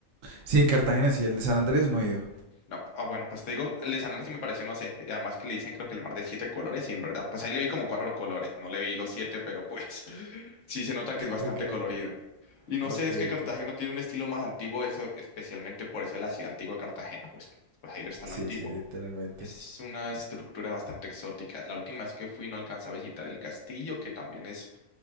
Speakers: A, on the right; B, on the left.
A: Sí, en Cartagena sí, el de San Andrés no he ido.
B: No, ah, bueno, pues te digo, el de Sanare sí me pareció, no sé, y además que le dicen creo que el mar de siete colores, y en verdad, pues ahí le vi como cuatro colores, no le vi los siete, pero pues <laughs> sí se nota que es bastante
A: Ok,
B: colorido.
A: ok.
B: Y no
A: Ok,
B: sé, es que Cartagena
A: ok.
B: tiene un estilo más antiguo, eso, especialmente por eso es la ciudad antigua de Cartagena, pues, pues ahí lo está
A: Sí,
B: lo antiguo.
A: sí, literalmente.
B: Es una estructura bastante exótica. La última vez que fui no alcancé a visitar el castillo, que también es